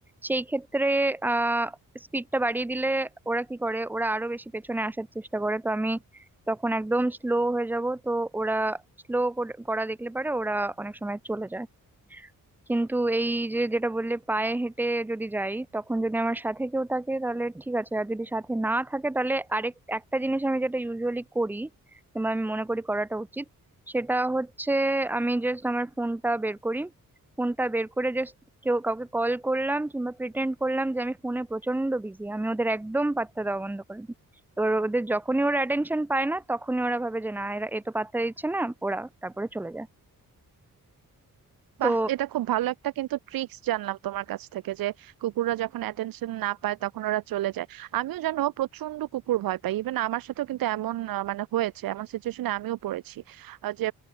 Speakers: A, in the centre; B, on the right.
A: সেই ক্ষেত্রে আহ স্পিডটা বাড়িয়ে দিলে ওরা কি করে ওরা আরো বেশি পেছনে আসার চেষ্টা করে তো আমি তখন একদম স্লো হয়ে যাব তো ওরা স্লো করা দেখলে পারে ওরা অনেক সময় চলে যায় কিন্তু এই যে যেটা বললে পায়ে হেঁটে যদি যাই তখন যদি আমার সাথে কেউ থাকে তাহলে ঠিক আছে আর যদি সাথে না থাকে তাহলে আরেক একটা জিনিস আমি যেটা ইউজুয়ালি করি কিংবা আমি মনে করি করাটা উচিত সেটা হচ্ছে আমি জাস্ট আমার ফোনটা বের করি ফোনটা বের করে জাস্ট কেউ কাউকে কল করলাম কিংবা প্রিটেন্ড করলাম যে আমি ফোনে প্রচন্ড বিজি আমি ওদের একদম পাত্তা দেওয়া বন্ধ করে দিই এবার ওদের যখনই ওরা অ্যাটেনশন পায় না তখনই ওরা ভাবে যে না এরা এ তো পাত্তা দিচ্ছে না ওরা তারপরে চলে যায় তো
B: বাহ এটা খুব ভালো একটা কিন্তু ট্রিক্স জানলাম তোমার কাছ থেকে যে কুকুররা যখন অ্যাটেনশন না পায় তখন ওরা চলে যায় আমিও জানো প্রচন্ড কুকুর ভয় পাই ইভেন আমার সাথেও কিন্তু এমন আহ, মানে হয়েছে এমন সিচুয়েশনে আমিও পড়েছি আহ, যে